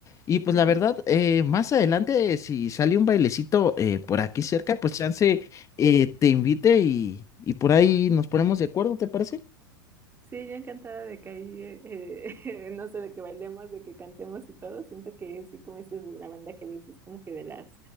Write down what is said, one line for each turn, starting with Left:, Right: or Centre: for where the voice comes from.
Left: Y pues
Right: Ujú.
Left: la verdad, eh, más adelante, si sale un bailecito eh, por aquí cerca, pues chance eh, te invite y, y por ahí nos ponemos de acuerdo, ¿te parece?
Right: Sí, yo encantada de que ahí, eh, <laughs> no sé, de que bailemos, de que cantemos y todo. Siento que sí, como dices, de la banda que dices, es como que de las,